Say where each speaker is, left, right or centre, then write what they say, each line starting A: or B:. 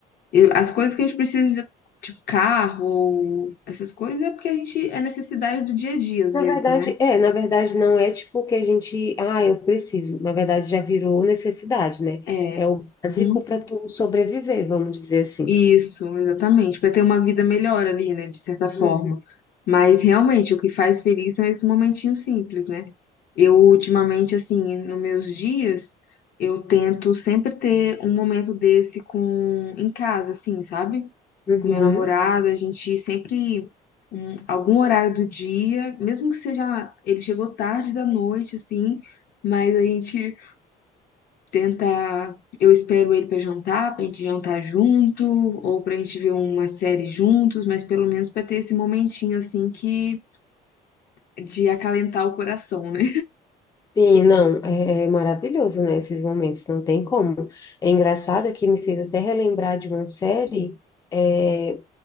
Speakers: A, on the left; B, on the left.
A: Eu- as coisas que a gente precisa, tipo, carro ou essas coisas, é porque a gente é necessidade do dia a dia, às
B: Na
A: vezes,
B: verdade,
A: né?
B: é, na verdade não é tipo que a gente, ah, eu preciso. Na verdade já virou necessidade, né?
A: É.
B: É o básico
A: Hum.
B: para tu sobreviver, vamos dizer assim.
A: Isso, exatamente, para ter uma vida melhor ali, né, de certa forma.
B: Uhum.
A: Mas realmente o que faz feliz são esses momentinhos simples, né? Eu ultimamente, assim, nos meus dias, eu tento sempre ter um momento desse com em casa, assim, sabe?
B: Uhum.
A: com meu namorado, a gente sempre, um- algum horário do dia, mesmo que seja, ele chegou tarde da noite, assim, mas a gente tenta, eu espero ele pra jantar, pra gente jantar junto, ou pra gente ver uma série juntos, mas pelo menos pra ter esse momentinho, assim, que, de acalentar o coração, né?
B: Sim, não, é maravilhoso, né, esses momentos, não tem como. É engraçado que me fez até relembrar de uma série é,